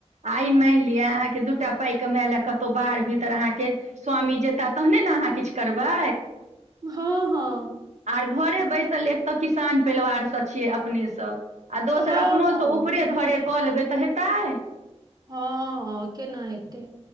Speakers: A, on the right; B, on the right.
A: आ ई मानि लिअ अहाँके दूटा पाइ के माय ल कतहु बाहर भीतर अहाँके स्वामी जेता तहने ने अहाँ किछु करबै
B: हँ हँ
A: आर घरे बैसल एक तऽ किसान परिवारसँ छियै अपने सब आ दोसर
B: हँ
A: अपनोसँ ऊपरे धरे कऽ लेबै तऽ हेतै
B: हँ केना हेतै